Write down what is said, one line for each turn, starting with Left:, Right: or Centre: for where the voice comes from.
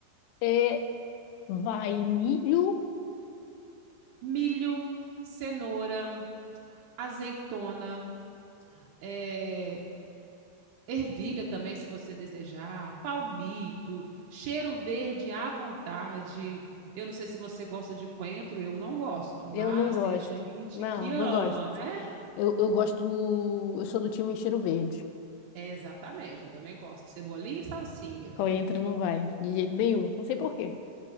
Left: É, vai milho,
Right: Milho, cenoura, azeitona, é, ervilha também, se você desejar, palmito, cheiro verde à vontade. Eu não sei se você gosta de coentro, eu não gosto, mas
Left: eu não gosto.
Right: tem gente
Left: Não,
Right: que ama,
Left: não gosto.
Right: né?
Left: Eu, eu gosto do, eu sou do time Cheiro Verde.
Right: É, exatamente, eu também gosto. Cebolinha e salsinha.
Left: Qual entra não vai, de jeito nenhum. Não sei por quê.